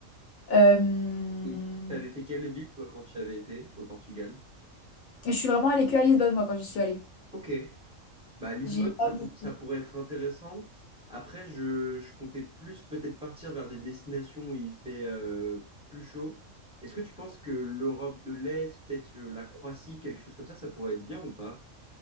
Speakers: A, on the left; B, in the centre.
A: Euh,
B: Mais t'avais fait quelle ville, toi, quand tu avais été au Portugal?
A: je suis vraiment allée que à Lisbonne, moi, quand j'y suis allée.
B: Ok. Bah, Lisbonne,
A: J'ai pas
B: ça,
A: voulu
B: pour- ça
A: plus.
B: pourrait être intéressant. Après, je, je comptais plus peut-être partir vers des destinations où il fait euh, plus chaud. Est-ce que tu penses que l'Europe de l'Est, peut-être euh, la Croatie, quelque chose comme ça, ça pourrait être bien ou pas?